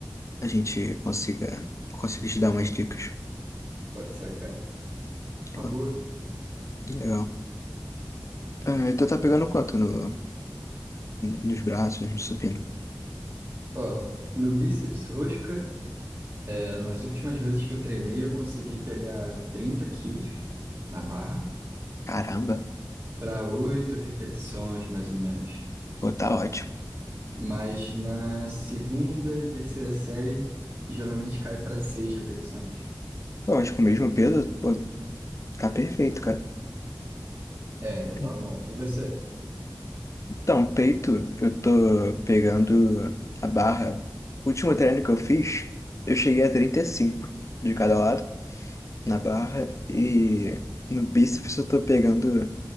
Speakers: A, on the left; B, on the right.
A: a gente consiga, consiga te dar umas dicas.
B: Pode ser, cara. Uma
A: Pô,
B: boa.
A: legal. Ah, então tá pegando quanto no, nos braços, no supino?
B: Ó, no bíceps rosca. Nas últimas vezes que eu treinei, eu consegui pegar 30 quilos na barra
A: Caramba,
B: para oito repetições, mais ou menos.
A: pô, tá ótimo.
B: Mas na segunda e terceira série, geralmente cai para seis repetições.
A: Pô, mas com o mesmo peso, pô, tá perfeito, cara.
B: É, ainda tá
A: Hum.
B: bom. E você?
A: Então, peito, eu tô pegando a barra. O último treino que eu fiz, eu cheguei a 35 de cada lado, na barra, e no bíceps eu tô pegando.